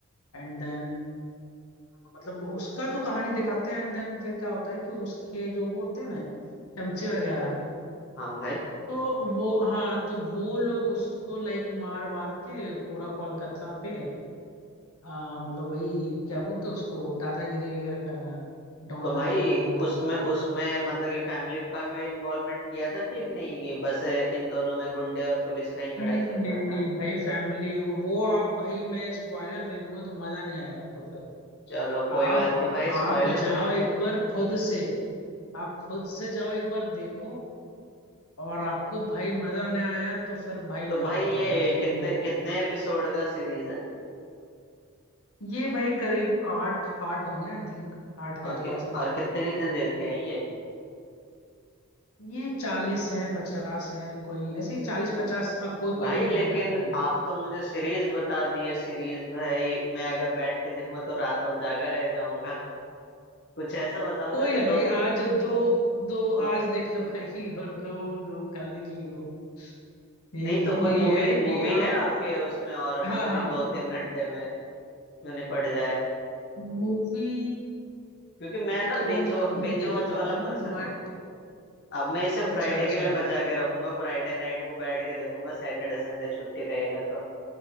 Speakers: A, on the left; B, on the left.
A: एंड देन मतलब उसका तो कहानी दिखाते हैं एंड देन फिर क्या होता है कि उसके जो वो होते हैं ना चमचे वगैरह
B: हाँ भाई
A: तो वो हाँ तो वो लोग उसको लाइक मार वार के पूरा कोलकाता पे हाँ मतलब वही क्या बोलते हैं उसको दादागिरी वगैरह करना डॉन
B: तो भाई
A: वगैरह कोलकाता
B: उसमें
A: के बनना
B: उसमें मतलब कि फैमिली का भी इन्वॉल्वमेंट किया था कि नहीं ये बस इन दोनों में गुंडे और पुलिस का ही लड़ाई
A: नहीं
B: चल रहा
A: नहीं
B: था
A: नहीं भाई फैमिली वो वो आप भाई मैं स्पॉइलर दे दूंगा तो मजा नहीं आएगा आपको फिर
B: चलो कोई
A: आप
B: बात नहीं भाई
A: आप
B: स्पॉइलर
A: जाओ
B: का
A: एक बार खुद से आप खुद से जाओ एक बार देखो और आपको भाई मजा नहीं आया तो फिर भाई
B: तो भाई
A: आप
B: ये
A: बोलना फिर
B: कितने
A: मेरे
B: कितने
A: को
B: एपिसोड का सीरीज है
A: ये भाई करीब आठ आठ होंगे आई थिंक आठ के
B: और
A: आसपास
B: कि,
A: हैं
B: और कितने कितने देर के हैं ये
A: ये चालीस हैं पचास हैं कोई ऐसे ही चालीस पचास कोई कोई
B: भाई
A: एक
B: लेकिन
A: घंटा का भी
B: आप
A: है
B: तो मुझे सीरीज बता दी है सीरीज भाई मैं अगर बैठ के देखूंगा तो रात भर जागा रह जाऊंगा कुछ ऐसा बताओ
A: कोई
B: ना कि
A: ना
B: दो
A: भाई आज दो दो
B: दो
A: आज देख लो भाई और दो दो कल देख लियो यही
B: नहीं तो कोई
A: यही
B: मूवी
A: है
B: मूवी
A: कि
B: है
A: अब
B: आपके उसमें और
A: हाँ
B: मतलब
A: हाँ
B: कि दो तीन घंटे में जो निपट जाए
A: मूवी
B: क्योंकि मैं ना
A: तो
B: बिंज
A: भाई कम ही
B: बिंज वॉच
A: देखता
B: वाला
A: हूँ
B: पर्सन
A: बट
B: हूँ अब मैं इसे
A: अच्छा
B: फ्राइडे
A: अच्छा
B: के लिए बचा के रखूंगा फ्राइडे नाइट को बैठ के देखूंगा सैटरडे संडे छुट्टी रहेगा तो